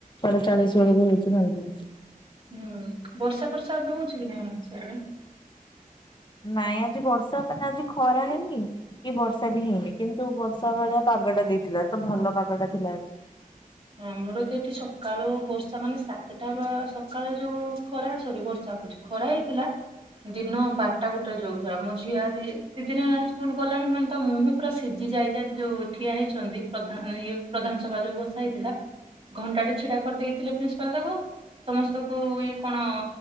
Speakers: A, on the left; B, on the right.
A: ଛଟାଚାଳିଶ ବେଳେକୁହେଉଛି।
B: ହୁଁ ବର୍ଷା ପ୍ରର୍ଷା ତ ହଉଛି କି ନାହି ସେଆଡେ?
A: ନାଇଁ ଆଜି ବର୍ଷା ହେ ପାଇଁ ଆଜି ଖରା ହେଇନି। କି ବର୍ଷା ବି ହେଇନି କିନ୍ତୁ ବର୍ଷା ଭଳିଆ ପାଗଟା ଦେଇଥିଲା ତ ଭଲ ପାଗ ଟା ଥିଲା।
B: ଆମର ତ ଏଠି ସକାଳୁ ବର୍ଷା ମାନେ ସାତଟା ସକାଳୁ ଯୋଉ ଖରା ସରି ବର୍ଷା। ଖରା ହେଇଥିଲା। ଦିନ ବାରଟା ଗୋଟୋ ଯୋଉ ଖରା ମୋ ଝିଅ ଦ ଦିନ ହେଲାଣି ସ୍କୁଲ ଗଲାଣି ମାନେ ତା ମୁହଁ ପୁରା ସିଝି ଯାଇା ଯୋଉ ଠିଆ ହେଇଛନ୍ତି ପ୍ରଧାନ ଇଏ ପ୍ରଧାନ ସଭା ଯୋଉ ଗୋଷା ହେଇଥିଲା। ଘଣ୍ଟାଟେ ଛିଡା କରିଦେଇଥିଲେ ପ୍ରିନ୍ସିପାଲ ତାକୁ ସମସ୍ତଙ୍କୁ ଇଏ କଣ